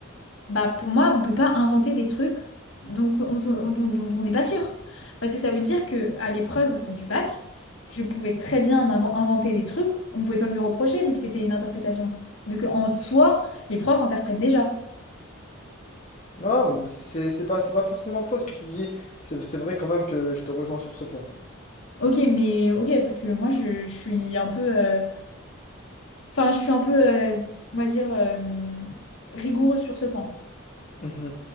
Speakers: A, on the left; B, on the left.
A: Bah pour moi, on peut pas inventer des trucs donc, on- on- dont, dont on n'est pas sûr. Parce que ça veut dire que à l'épreuve du bac, je pouvais très bien inven- inventer des trucs, on pouvait pas me le reprocher vu que c'était une interprétation. Vu qu'en soi, les profs interprètent déjà.
B: Non, c'est c'est pas, c'est pas forcément faux ce que tu dis. C'est c'est vrai quand même que je te rejoins sur ce point.
A: Ok, mais ok, parce que moi je, je suis un peu. euh, Enfin, je suis un peu, euh, on va dire, euh, rigoureuse sur ce point.
B: Mhm.